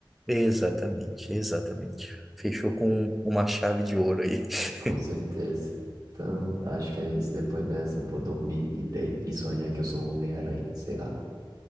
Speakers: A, in the centre; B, on the right.
A: exatamente, exatamente. Fechou com uma chave de ouro aí. <laughs>
B: Com certeza. Então, acho que é isso. Depois dessa, vou dormir e dei. E sonhar que eu sou o Homem-Aranha, sei lá.